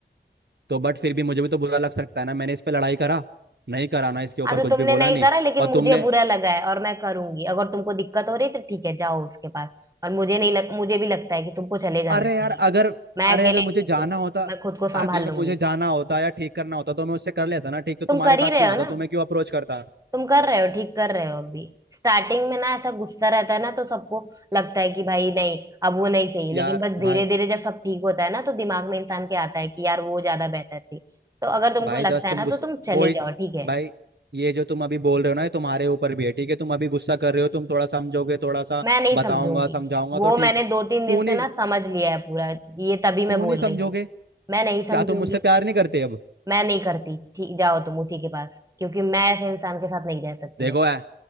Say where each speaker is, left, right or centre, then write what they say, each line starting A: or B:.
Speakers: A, on the right; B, on the right.
A: तो बट फिर भी मुझे भी तो बुरा लग सकता है ना मैंने इस पे लड़ाई करा नहीं करा ना इसके ऊपर
B: हाँ तो
A: कुछ भी
B: तुमने
A: बोला
B: नहीं
A: नहीं
B: करा लेकिन
A: और
B: मुझे
A: तुमने
B: बुरा लगा है और मैं करूंगी अगर तुमको दिक्कत हो रही है, तो ठीक है जाओ उसके पास और मुझे नहीं लग, मुझे भी लगता है कि तुमको चले जाना
A: अरे
B: चाहिए
A: यार अगर
B: मैं
A: अरे
B: अकेले
A: अगर मुझे
B: ठीक
A: जाना
B: हूँ
A: होता
B: मैं खुद को संभाल
A: अगर
B: लूंगी
A: मुझे जाना होता या ठीक करना होता तो मैं उससे कर लेता ना ठीक तो
B: तुम
A: तुम्हारे
B: कर ही
A: पास
B: रहे
A: क्यों
B: हो
A: आता
B: ना
A: तुम्हें क्यों अप्रोच करता
B: तुम कर रहे हो ठीक कर रहे हो अभी स्टार्टिंग में ना ऐसा गुस्सा रहता है ना तो सबको लगता है कि भाई नहीं अब वो नहीं चाहिए
A: यार
B: लेकिन बस धीरे
A: भाई
B: धीरे जब सब ठीक होता है ना तो दिमाग में इंसान के आता है कि यार वो ज्यादा बेहतर थी तो अगर तुमको
A: भाई दस
B: लगता है
A: तुम
B: ना
A: गुस्सा
B: तो तुम चली
A: वो ही
B: जाओ ठीक है
A: भाई ये जो तुम अभी बोल रहे हो ना ये तुम्हारे ऊपर भी है ठीक है तुम अभी गुस्सा कर रहे हो तुम थोड़ा समझोगे थोड़ा सा
B: मैं नहीं
A: बताऊंगा
B: समझूंगी
A: समझाऊंगा
B: वो
A: तो ठीक
B: मैंने
A: क्यों
B: दो तीन दिन से
A: नहीं
B: ना समझ लिया है पूरा ये तभी मैं
A: क्यों
B: बोल
A: नहीं समझोगे
B: रही हूँ मैं नहीं
A: क्या
B: समझूंगी
A: तुम मुझसे प्यार नहीं करते अब
B: मैं नहीं करती ठीक जाओ तुम उसी के पास क्योंकि मैं ऐसे इंसान के साथ नहीं रह सकती
A: देखो
B: भाई
A: ऐ-